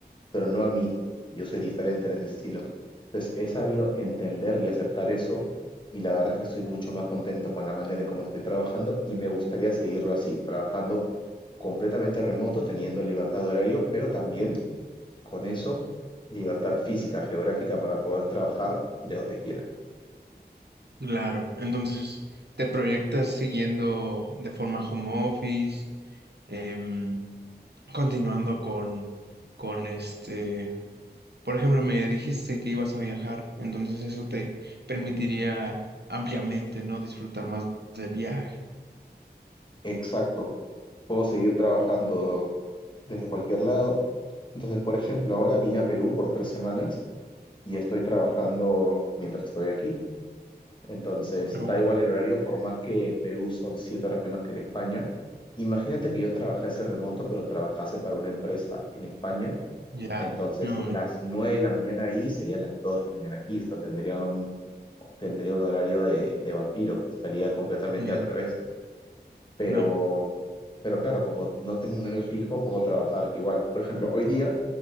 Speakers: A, on the left; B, on the right.
A: pero no a mí. Yo soy diferente en ese estilo. Entonces, he sabido entender y aceptar eso y la verdad es que estoy mucho más contento con la manera en cómo estoy trabajando y me gustaría seguirlo así, trabajando completamente remoto, teniendo libertad de horario, pero también con eso libertad física, geográfica para poder trabajar de donde quiera.
B: Claro, entonces te proyectas siguiendo de forma home office, em, continuando con, con este, por ejemplo, me dijiste que ibas a viajar, entonces eso te permitiría ampliamente, ¿no? Disfrutar más del viaje.
A: Exacto. Puedo seguir trabajando desde cualquier lado. Entonces, por ejemplo, ahora vine a Perú por tres semanas y estoy trabajando mientras estoy aquí. Entonces,
B: Ok.
A: da igual el horario, por más que en Perú son siete horas menos que en España. Imagínate que yo trabajase remoto, pero trabajase para una empresa en España.
B: Ya,
A: Entonces,
B: no,
A: las
B: no,
A: nueve de la mañana ahí serían las dos de la mañana aquí. O sea, tendría un, tendría un horario de, de vampiro. Estaría completamente
B: sí,
A: al revés. Pero,
B: claro.
A: pero claro, como no tengo un horario fijo, puedo trabajar igual. Por ejemplo, hoy día,